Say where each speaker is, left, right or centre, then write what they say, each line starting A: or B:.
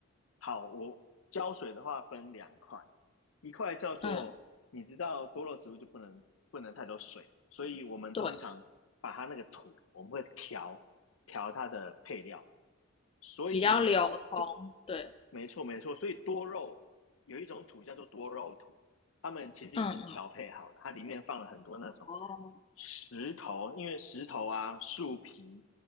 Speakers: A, on the left; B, on the left.
A: 好，我浇水的话分两块，一块叫做你知道多肉植物就不能不能太多水嘛，
B: 嗯，
A: 所以我们通常把它那个土，
B: 对，
A: 我们会调调它的配料，所以都
B: 比较流通。对，
A: 没错，没错。所以多肉有一种土叫做多肉土，他们其实已经调配好了，
B: 嗯，
A: 它里面放了很多那种
B: 哦，
A: 石头，因为石头啊、树皮，